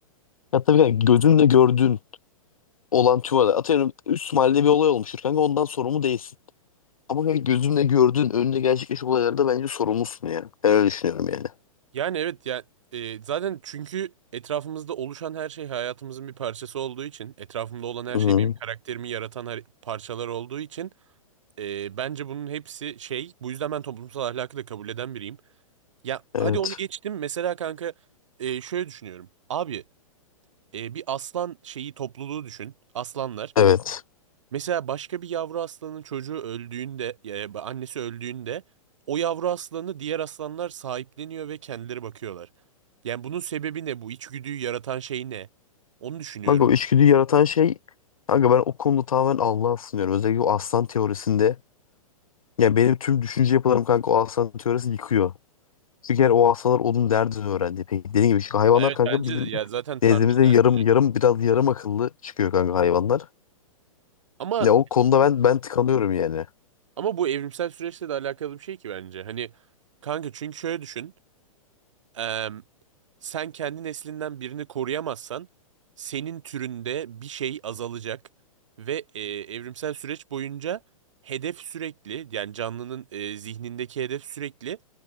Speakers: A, on the left (about 70°); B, on the right (about 55°).
A: Ya tabii yani gözünle gördüğün olan tüvada atıyorum üst mahallede bir olay olmuştur kanka ondan sorumlu değilsin. Ama yani gözünle gördüğün önünde gerçekleşen olaylarda bence sorumlusun ya. Ben öyle düşünüyorum yani.
B: Yani evet ya e, zaten çünkü etrafımızda oluşan her şey hayatımızın bir parçası olduğu için etrafımda olan her
A: Hı,
B: şey benim karakterimi yaratan her- parçalar olduğu için e, bence bunun hepsi şey bu yüzden ben toplumsal ahlakı da kabul eden biriyim. Ya
A: evet.
B: hadi onu geçtim mesela kanka e, şöyle düşünüyorum. Abi e, bir aslan şeyi topluluğu düşün. Aslanlar.
A: Evet.
B: Mesela başka bir yavru aslanın çocuğu öldüğünde, e, annesi öldüğünde o yavru aslanı diğer aslanlar sahipleniyor ve kendileri bakıyorlar. Yani bunun sebebi ne? Bu içgüdüyü yaratan şey ne? Onu düşünüyorum.
A: Kanka o içgüdüyü yaratan şey kanka ben o konuda tamamen Allah'a sınıyorum. Özellikle o aslan teorisinde. Yani benim tüm düşünce yapılarım kanka o aslan teorisi yıkıyor. Çünkü yani o aslanlar onun derdini öğrendi. Peki dediğim gibi çünkü hayvanlar
B: Evet
A: kanka
B: bence
A: bizim
B: de ya zaten Tanrı'dan.
A: nezdimizde yarım yarım biraz yarım akıllı çıkıyor kanka hayvanlar.
B: Ama
A: Ya o konuda ben ben tıkanıyorum yani.
B: ama bu evrimsel süreçle de alakalı bir şey ki bence. Hani kanka çünkü şöyle düşün. Eee, sen kendi neslinden birini koruyamazsan senin türünde bir şey azalacak ve eee, evrimsel süreç boyunca hedef sürekli yani canlının eee, zihnindeki hedef sürekli